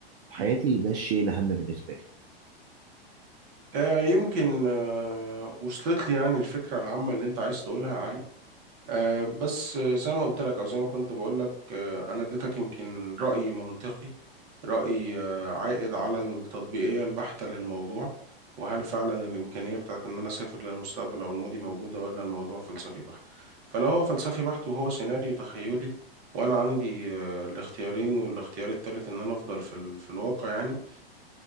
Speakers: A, on the right (about 65°); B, on the right (about 45°).
A: في حياتي ده الشيء الأهم بالنسبة لي
B: آه، يمكن آه، وصلت لي يعني الفكرة العامة اللي أنت عايز تقولها يا علي آه، بس آه، زي ما قلت لك أو زي ما كنت بقول لك آه، أنا اديتك يمكن رأي منطقي رأي آه، عائد على التطبيقية البحتة للموضوع وهل فعلا الإمكانية بتاعت إن أنا أسافر للمستقبل أو الماضي موجودة ولا الموضوع فلسفي بحت فلو هو فلسفي بحت وهو سيناريو تخيلي وأنا عندي آه، الاختيارين والاختيار التالت إن أنا أفضل في, ال... في الواقع يعني